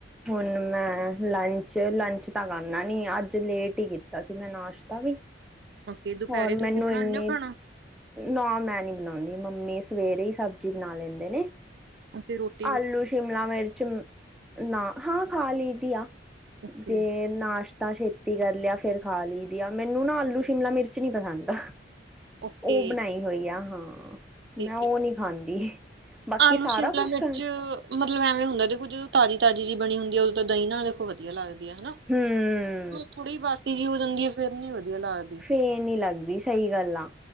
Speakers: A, in the centre; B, on the right.
A: ਹੁਣ ਮੈਂ ਲਾਈ ਲੰਚ ਤਾਂ ਕਰਨਾ ਨੀ ਆ ਅੱਜ ਲੇਟ ਹੀ ਕੀਤਾ ਸੀ ਮੈਂ ਨਾਸ਼ਤਾ ਵੀ।
B: ਓਕੇ ਦੁਪਹਿਰੇ
A: ਹੋਰ
B: ਤੁਸੀਂ
A: ਮੈਨੂੰ
B: ਬਣਾਉਂਦੇ
A: ਇੰਨੀ
B: ਹੋ ਖਾਣਾ?
A: ਨਾ ਮੈਂ ਨੀ ਬਣਾਉਂਦੀ ਮੰਮੀ ਸਵੇਰੇ ਹੀ ਸਬਜ਼ੀ ਬਣਾ ਲੈਂਦੇ ਨੇ।
B: ਅਸੀ ਰੋਟ-
A: ਆਲੂ ਸ਼ਿਮਲਾ ਮਿਰਚ ਨਾ ਹਾਂ ਖਾ ਲਈ ਦੀ ਆ
B: ਓਕੇ
A: ਜੇ- ਨਾਸ਼ਤਾ ਛੇਤੀ ਕਰ ਲਿਆ ਫੇਰ ਖਾ ਲਈ ਦੀ ਆ, ਮੈਨੂੰ ਨਾ ਆਲੂ- ਸ਼ਿਮਲਾ ਮਿਰਚ ਨੀ ਪਸੰਦ।
B: ਓਕੇ
A: ਉਹ ਬਣਾਈ ਹੋਈ ਆ ਹਾਂ,
B: ਠੀਕ
A: ਮੈਂ
B: ਹੈ
A: ਉਹ ਨਹੀਂ ਖਾਂਦੀ। ਬਾਕੀ
B: ਆਲੂ
A: ਸਾਰਾ
B: ਸ਼ਿਮਲਾ
A: ਕੁਛ
B: ਮਿਰਚ
A: ਖਾ
B: ਮਤਲਬ ਐਵੇਂ ਹੁੰਦਾ ਦੇਖੋ ਜਦੋਂ ਤਾਜ਼ੀ- ਤਾਜ਼ੀ ਜੀ ਬਣੀ ਹੁੰਦੀ ਹੈ, ਉਦੋਂ ਤਾਂ ਦਹੀਂ ਨਾਲ ਦੇਖੋ ਵਧੀਆ ਲੱਗਦੀ ਹੈ ਹੈਨਾ।
A: ਹੂੰ।
B: ਥੋੜੀ ਬਾਸੀ ਜਿਹੀ ਹੋ ਜਾਂਦੀ ਹੈ ਫੇਰ ਨੀ ਵਧੀਆ ਲੱਗਦੀ।
A: ਫੇਰ ਨੀ ਲੱਗਦੀ, ਸਹੀ ਗੱਲ ਆ।